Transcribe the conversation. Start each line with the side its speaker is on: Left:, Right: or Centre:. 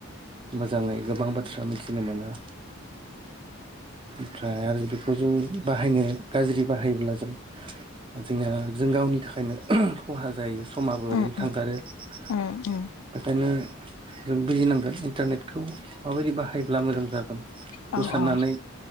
Right: मोजाङै गोबां बाथ्रा मिथिनो मोनो
Left: <inaudible>
Right: ओमफ्राय आरो बेखौ जों बाहायनो गाज्रि बाहायोब्ला जों जोंहा जों गावनि नि थाखायनो खहा जायो समाबो ओरैनो
Left: उम
Right: थांगारो
Left: उम उम
Right: <inaudible>
Left: उम
Right: बेखायनो जों बुजिनांगोन इन्टारनेटखौ माबायदि बाहायब्ला मोजां जागोन बेखौ
Left: औ
Right: साननानै
Left: औ